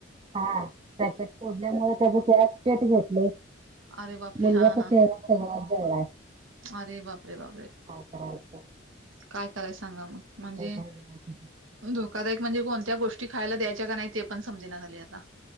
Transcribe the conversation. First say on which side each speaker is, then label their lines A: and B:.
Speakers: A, on the right (about 30°); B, on the right (about 90°).
A: हा पॅकेट फोजल्यामुळे त्याच केरा क पेट घेतले.
B: अरे बापरे
A: मुणगता
B: हा
A: चचेहराला
B: हा
A: आहे.
B: अरे बापरे बापरे
A: अ कााछा
B: काय कराय सांगा मग म्हणजे
A: आहे बघा किती
B: धोकादायक म्हणजे कोणत्या गोष्टी खायला द्यायच्या का नाही ते पण समजण्यात आले आता